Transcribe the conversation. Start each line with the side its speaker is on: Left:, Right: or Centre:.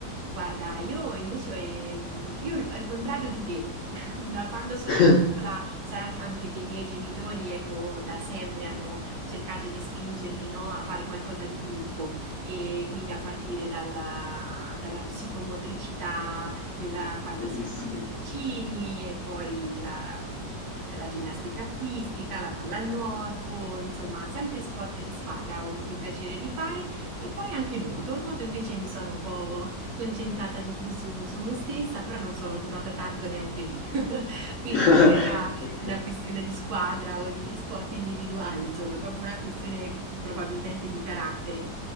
Right: Guarda, io invece, ehm, io al contrario di te, <laughs> Da quando sono
Left: <laughs>
Right: piccola, sarà anche che i miei genitori, ecco, da sempre hanno cercato di spingermi, no, a fare qualcosa di gruppo e quindi a partire dalla, dalla psicomotricità, quella quando
Left: Bellissimo.
Right: si è proprio piccini e poi la, la ginnastica artistica, la pallanuoto, insomma, sempre sport di squadra ho avuto il piacere di fare e poi anche nuoto. Nuoto invece mi sono un po' concentrata di più su, su me stessa, però non sono durata tanto neanche lì. Quindi
Left: <laughs>
Right: non era
Left: Ok,
Right: una questione di squadra o di sport individuali, insomma, è proprio una questione mh, probabilmente di carattere.